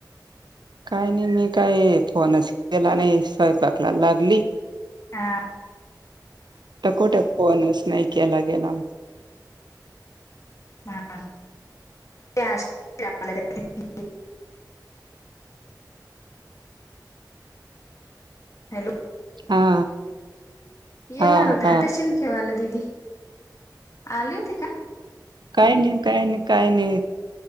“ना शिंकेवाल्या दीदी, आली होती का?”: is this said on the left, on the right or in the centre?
Left